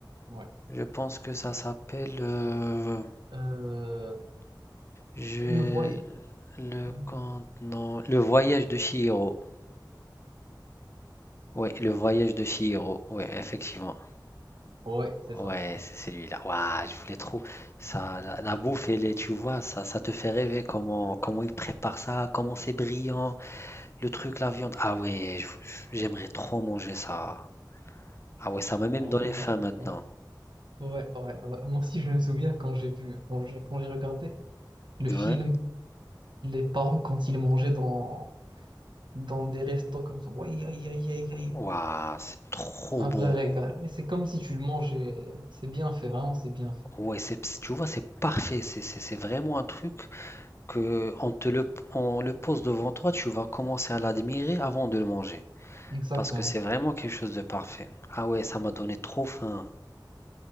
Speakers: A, on the right; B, on the left.
A: ouais.
B: Je pense que ça s'appelle. euh,
A: Euh,
B: J'ai
A: c'est le voy...
B: le
A: euh,
B: compte. Non. Le voyage de Chihiro. Oui, le voyage de Chihiro. Oui, effectivement.
A: Ouais, c'est
B: Ouais,
A: ça.
B: c'est celui-là. Waouh, je voulais trop. Ça, la, la bouffe, elle est, tu vois, ça, ça te fait rêver comment, comment ils préparent ça, comment c'est brillant, le truc, la viande. Ah ouais, je- j'aimerais trop manger ça. Ah ouais, ça m'a même
A: Ouais,
B: donné faim maintenant.
A: ouais, ouais, ouais, ouais. Moi aussi, je me souviens quand j'ai vu, quand j'ai quand j'ai regardé le film,
B: Ouais.
A: les parents quand ils mangeaient dans, dans des restos comme ça. Ouais, aïe, aïe, aïe, aïe.
B: Waouh, c'est trop
A: Un
B: bon.
A: vrai régal. Mais c'est comme si tu le mangeais. C'est bien fait, vraiment, c'est bien fait.
B: Ouais, c'est, c'est- tu vois, c'est parfait. C'est c'est- c'est vraiment un truc que on te le, on le pose devant toi, tu vas commencer à l'admirer avant de le manger.
A: Exactement.
B: Parce que c'est vraiment quelque chose de parfait. Ah ouais, ça m'a donné trop faim.